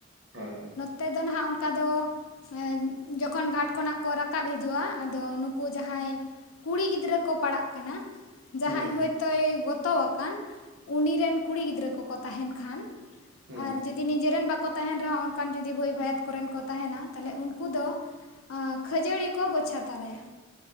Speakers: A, on the right; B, on the left.
A: ᱦᱚᱭ ᱦᱚᱭ
B: ᱛᱮ ᱫᱚ ᱱᱟᱦᱟᱜ ᱚᱱᱠᱟ ᱫᱚ <inaudible> ᱡᱚᱠᱷᱚᱱ ᱜᱷᱟᱴ ᱠᱷᱚᱱᱟᱜ ᱠᱚ ᱨᱟᱠᱟᱵ ᱦᱤᱡᱩᱜ-ᱟ ᱟᱫᱚ ᱱᱩᱠᱩ ᱡᱟᱦᱟᱸᱭ ᱠᱩᱲᱤ ᱜᱤᱫᱽᱨᱟᱹ ᱠᱚ ᱯᱟᱲᱟᱜ ᱠᱟᱱᱟ ᱡᱟᱦᱟᱸᱭ
A: ᱦᱩᱸ
B: ᱦᱳᱭᱛᱚᱭ ᱜᱚᱛᱚ ᱣᱟᱠᱟᱱ ᱩᱱᱤ ᱨᱮᱱ ᱠᱩᱲᱤ ᱜᱤᱫᱽᱨᱟᱹ ᱠᱚ ᱠᱚ ᱛᱟᱦᱮᱱ ᱠᱷᱟᱱ
A: ᱦᱩᱸ ᱦᱩᱸ
B: ᱟᱨ ᱡᱩᱫᱤ ᱱᱤᱡᱮ ᱨᱮᱱ ᱵᱟᱠᱚ ᱛᱟᱦᱮᱱ ᱨᱮ ᱦᱚᱸ ᱚᱱᱠᱟᱱ ᱡᱩᱫᱤ ᱵᱟᱹᱭ ᱵᱷᱟᱭᱟᱛ ᱠᱚᱨᱮᱱ ᱠᱚ ᱛᱟᱦᱮᱱᱟ ᱛᱟᱞᱦᱮ ᱩᱱᱠᱩ ᱫᱚ <inaudible> ᱠᱷᱟᱹᱡᱟᱹᱲᱤ ᱠᱚ ᱜᱚᱪᱷᱟ ᱛᱟᱨᱟᱭᱟ